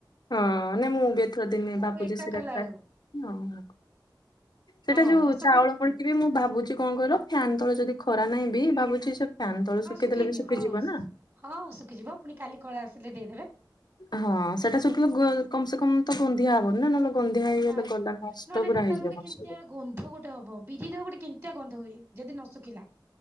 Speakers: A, on the left (about 60°); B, on the right (about 35°).
A: ହଁ-ଅ-ଅ ନାଇଁ ମୁଁ ବି ଏଥର ଦିନେ
B: ସବୁ
A: ବାପୁଜି
B: ଏକା
A: ସିରା
B: କଲା
A: ଟ୍ରା
B: ବେଳକୁ
A: ହଁ ସେଟା
B: ହଁ
A: ଯୋଉ
B: ମୁଁ ସବୁ
A: ଚାଉଳ ପଡିକି ବି ମୁଁ ଭାବୁଛି ଯ କଣ କହିଲ ଫ୍ୟାନ ତଳେ ଯଦି ଖରା ନାହିଁ ବି ଭାବୁଛି ସେ ଫ୍ୟାନ ତଳ
B: ହଁ
A: ଶୁଖେଇ
B: ଶୁଖେଇଦିଅ
A: ଦେଲେ ବି ଶୁଖିଯିବ
B: ହଁ
A: ନା।
B: ହଁ ଶୁଖିଯିବ ପୁଣି କାଲି କଳା ଆସିଲେ ଦେଇଦେବେ।
A: ହଁ ସେଇଟା ଶୁଖିଲେ କ କମ୍ ସେ କମ୍ ତ ଗନ୍ଧିଆ ହବନି ନା ନହେଲେ ଗନ୍ଧିଆ ହେଇଗଲେ
B: ନା
A: ଗଲା ନଷ୍ଟ
B: ନହେଲେ
A: ପୁରା
B: ନ ତାର
A: ହେଇଯିବ
B: ଗୋଟେ
A: ମୋର
B: କେମିତିଆ
A: ସବୁ।
B: ଗନ୍ଧ ଗୋଟେ ହବ ବିରିର ଗୋଟେ କେମିତିଆ ଗନ୍ଧ ହୁଏ ଯଦି ନ ଶୁଖିଲା।